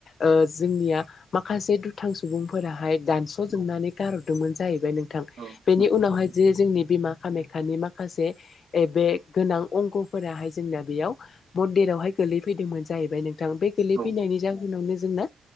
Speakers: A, on the left (about 70°); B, on the right (about 65°).
A: ओ जोंनिया माखासे दुथां सुबुंफोराहाय दानस'जोबनानै
B: औ
A: गारहरदोंमोन जाहैबाय नोंथां।
B: औ
A: बेनि
B: नंगौ
A: उनावहाय
B: थारैनो
A: जे जोंनि बिमा खामायख्खानि माखासे ओयै बे गोनां अंगफोराहाय जोंना बेयाव मन्दिरावहाय गोलै फैदोंमोन। जाहैबाय नोंथां। बे गोलैफैनायनि
B: औ
A: जााहोनावनो जोंना